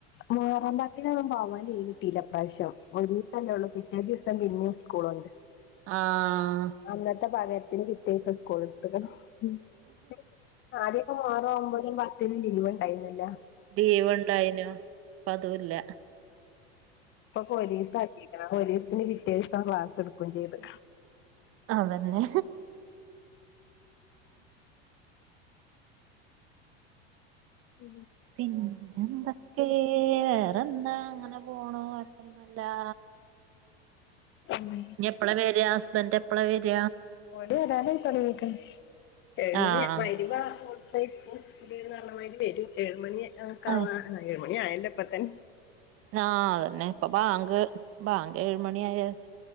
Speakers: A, on the left; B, on the right.
A: മുഹറം പത്തിനൊന്നു പോവാൻ ലീവിട്ടീല്ല ഇപ്രാവശ്യം. ഒരു ദിവസല്ലേള്ളൂ പിറ്റേ ദിവസം പിന്നെയും ഇസ്കൂള്ണ്ട്.
B: ആഹ്
A: അന്നത്തെ ഭാഗ്യത്തിന് കിട്ടിയിട്ട സ്കൂള് <unintelligible> ആദ്യൊക്കെ മുഹറം ഒമ്പതിനും പത്തിനും ലീവ്ണ്ടായിര്ന്നല്ലോ?
B: ലീവ്ണ്ടായിനു. ഇപ്പതൂല്ല.
A: ഇപ്പൊ പോലീസാക്കീക്കണാ. പോലീസിന് പിറ്റേദിവസം ക്ലാസ്സെടുക്കൂം ചെയ്ത്.
B: അതന്നെ.
A: ഉ
B: പിന്നെന്താ? കേ വേറെന്താ അങ്ങനെ പോണൂ. കൊഴപ്പൊന്നുല്ലാ.
A: മ്
B: എപ്പ്ള വെര ഹസ്ബന്റ് എപ്പ്ള വെര
A: ഓന് വരാന് <unintelligible> ഏഴ്മണി
B: ആഹ്
A: മഗ്‌രിബ് ബാങ്ക് കൊടു <unintelligible> പറഞ്ഞ മാതിരി വരും. ഏഴ്മണി ഒക്കെ
B: ആഹ്
A: ആവാൻ ഏഴ് മണി ആയല്ല ഇപ്പത്തന്നെ
B: ആഹാ അതന്നെ ഇപ്പബാങ്ക് ബാങ്ക് ഏഴുമണിആയാ